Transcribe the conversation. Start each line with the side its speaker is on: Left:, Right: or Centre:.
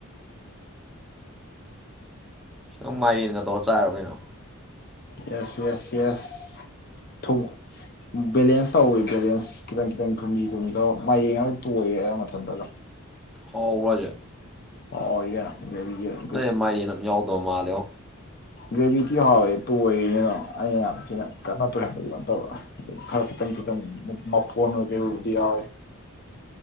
Centre: ꯅꯪ ꯃꯥꯏꯔꯦꯟꯒꯗꯧꯔ ꯆꯥꯏꯔꯣ ꯀꯩꯅꯣ
Left: ꯌꯦꯁ ꯌꯦꯁ ꯌꯦꯁ ꯊꯧꯃꯨꯛ ꯕꯦꯂꯦꯟꯁ ꯇꯧꯋꯤ ꯕꯦꯂꯦꯟꯁ ꯈꯤꯇꯪ ꯈꯤꯇꯪ ꯊꯨꯝꯂꯤ ꯊꯨꯝꯂꯤ ꯇꯧꯔ ꯃꯥꯏꯔ‌ꯦꯟꯒ ꯇꯣꯏꯔꯦ ꯃꯊꯟꯇ ꯗꯨꯝ
Centre: ꯍꯥꯎꯕꯔ‌ꯣ ꯑꯖꯦ
Left: ꯍꯥꯎꯋꯤ ꯀꯩꯅ‌ꯣ ꯕ‌ꯦꯕꯤ ꯏꯌꯔ
Centre: ꯅ‌ꯣꯏ ꯃꯥꯏꯔ‌ꯦꯟ ꯗꯨꯝ ꯌꯥꯎꯗꯧ ꯃꯥꯜꯂꯦꯉ‌ꯪ
Left: ꯕ‌ꯦꯕꯤꯀ꯭ꯌꯨ ꯍꯥꯎꯋꯦ ꯇꯣꯏꯔ‌‌ꯦꯅ <unintelligible> ꯑꯩꯅ ꯌꯥꯝ ꯊꯤꯅ ꯀꯟꯅ ꯇ‌ꯣꯏꯍꯟꯕꯗꯤ ꯅꯠꯇꯕ ꯈꯔ ꯈꯤꯇꯪ ꯈꯤꯇꯪ ꯐꯣꯟ ꯑꯣꯏ ꯀꯩ ꯑꯣꯏꯕꯨꯗꯤ ꯌꯥꯎꯔ‌ꯦ